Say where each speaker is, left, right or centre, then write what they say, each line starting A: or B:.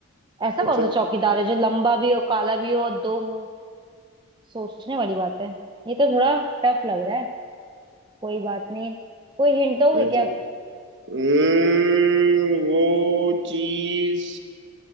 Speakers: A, on the right; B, on the right.
A: ऐसा
B: सोचो
A: कौन सा चौकीदार है जो लंबा भी हो काला भी हो और दो हो सोचने वाली बात है ये तो थोड़ा टफ लग रहा है कोई बात नहीं कोई हिंट दोगे
B: कैसे
A: क्या
B: हम्म, वो चीज